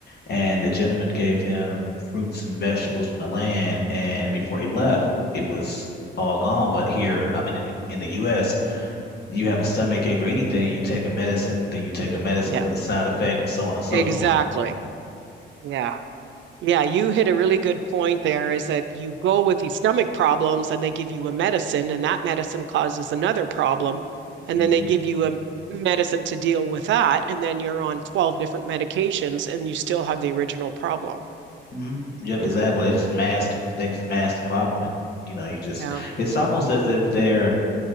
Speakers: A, on the left; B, on the right.
A: and the gentleman gave him fruits and vegetables from the land. And before he left, it was all gone. But here, I'm in the, in the U.S. You have a stomach ache or anything, you take a medicine, then you take a medicine
B: Yeah,
A: for the side effect, and so on and so
B: exactly.
A: forth.
B: Yeah. Yeah, you hit a really good point there is that you go with these stomach problems and they give you a medicine, and that medicine causes another problem. And
A: hmm
B: then they give you a medicine to deal with that. And then you're on 12 different medications and you still have the original problem,
A: hmm Yep,
B: you
A: exactly.
B: know?
A: They just masked. They just masked the problem, and you know, you just.
B: Yeah.
A: It's almost as if they're